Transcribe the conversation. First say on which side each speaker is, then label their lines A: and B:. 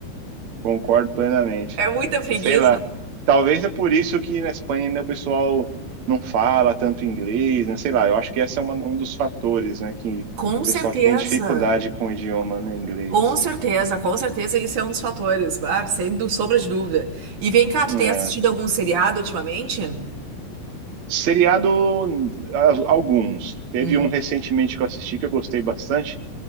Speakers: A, on the right; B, on the right.
A: Concordo plenamente.
B: é muita preguiça.
A: Sei lá. Talvez é por isso que na Espanha ainda o pessoal não fala tanto inglês, né? Sei lá, eu acho que esse é uma- um dos fatores, né? Que o
B: Com certeza.
A: pessoal que tem dificuldade com o idioma, né? Inglês.
B: Com certeza, com certeza, isso é um dos fatores, ah, sem du- sombra de dúvida. E vem cá, tu
A: É.
B: tem assistido algum seriado ultimamente?
A: Seriado, a- alguns. Teve
B: Hum,
A: um recentemente que eu assisti que eu gostei bastante,